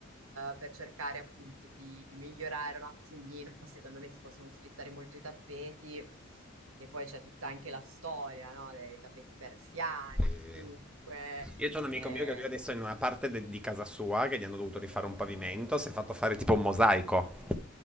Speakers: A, on the right; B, in the centre.
A: per cercare appunto di, di migliorare un attimino. Secondo me si possono utilizzare molto i tappeti, che poi c'è tutta anche la storia, no? Dei tappeti persiani,
B: E-
A: comunque.
B: Io c'ho un amico
A: eh,
B: mio che lui adesso è in una parte de- di casa sua che gli hanno dovuto rifare un pavimento, si è fatto fare tipo un mosaico.